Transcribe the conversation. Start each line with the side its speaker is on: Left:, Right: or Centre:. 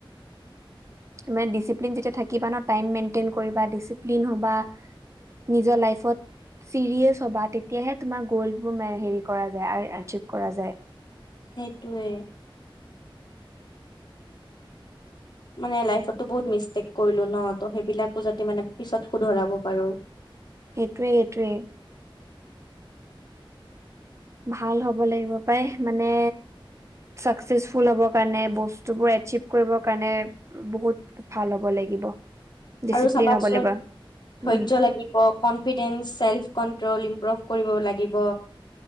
Right: মানে ডিচিপ্লিন যেতিয়া থাকিব না টাইম মেইনটেইন কৰিবা ডিচিপ্লিন হ'বা। নিজৰ লাইফত। চিৰিয়েছ হবা তেতিয়াহে তোমাৰ গ'লবোৰ হেৰি কৰা যায় আৰচিভ কৰা যায়।
Left: সেইটোৱে। মানে লাইফতো বহুত মিষ্টেক কৰিলোঁ ন ত সেইবিলাকো যাতে মানে পিছত শুধৰাব পাৰোঁ।
Right: সেইটোৱেই-সেইটোৱেই। ভাল হ'ব লাগিব পাই, মানে চাকচেচফুল হব কাৰণে, বস্তুবোৰ এচিভ কৰিব কাৰণে, বহুত ভাল হ'ব লাগিব। লাগিব। ডিচিপ্লিন
Left: আৰু চাবাচোন
Right: হ'ব
Left: ধৈৰ্য
Right: উম
Left: লাগিব কনফিডেস চেল্ফ কন্ট্ৰল ইম্প্ৰভ। কৰিব লাগিব।